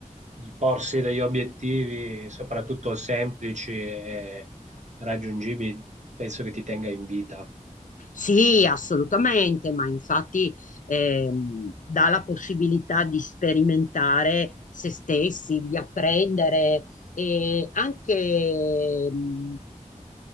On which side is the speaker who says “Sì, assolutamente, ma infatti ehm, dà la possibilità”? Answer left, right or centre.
Left